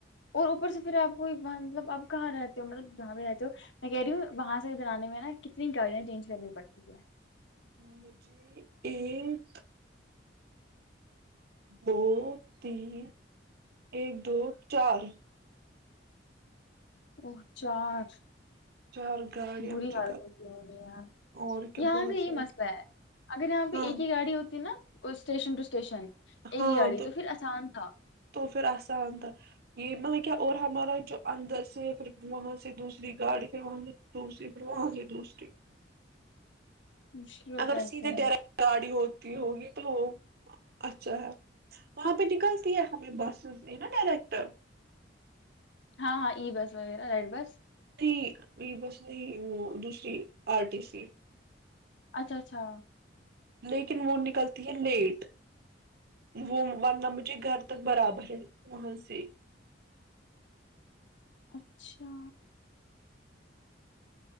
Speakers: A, on the left; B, on the right.
A: اور اوپر سے پھر آپ کواں مطلب آپ کہاں رہتے ہو مطلب جہاں پہ رہتے ہو میں کہہ رہی ہوں وہاں سے ادھر آانے میں نا کتنی گاڑیاں چینج کرنی پڑتی ہے
B: مجھے ایک دو تین ایک دو چار
A: اور چار
B: چار گاڑیاں
A: بری
B: مجھے
A: حالت
B: کر
A: ہوتی ہوی
B: اور کیا
A: یہاں
B: بہت
A: کا یہ
B: ساری
A: مسئلہ ہے اگر یہاں پہ
B: ہاں
A: ایک ہی گاڑی ہوتی نا اسٹیشن ٹو اسٹیشن ایک
B: ہاں
A: ہی گاڑی
B: تو
A: پھر آسان تھا
B: تو پھر آان تو یہ مطلب کیا اور ہمارا جو اندر سے پھر وہاں سے دوسری گاڑی پھر وہاں سے دوسری پھر وہاں سے دوسری
A: مشکل ہوتا
B: اگر
A: ہے ایسے
B: سیدھے
A: یار
B: ڈر گاڑی ہوتی ہوگی تو اچھا ہے وہاں پہ نکلتی ہے ہمیں بسز نا ڈائریکٹ
A: ہاں ہاں ای بس وغیرہ ریڈ بس
B: نہیں بس نہیں وہ دوسری آر ٹی سی
A: اچھا اچھا
B: لیکن وہ نکلتی ہے لیٹ وہ ورنہ مجھے گھر تک برابر ہے وہاں سے
A: اچھا